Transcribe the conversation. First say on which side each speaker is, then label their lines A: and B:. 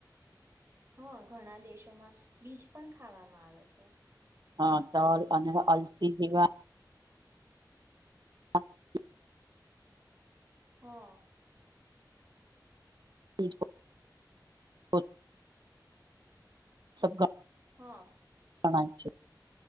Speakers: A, on the right (about 35°); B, on the right (about 70°).
A: હા ઘણા દેશોમાં બીજ પણ ખાવામાં આવે છે
B: હ તો અને અલસી જેવા <unintelligible>
A: હા
B: <unintelligible> સબકા
A: હા
B: પણણ છે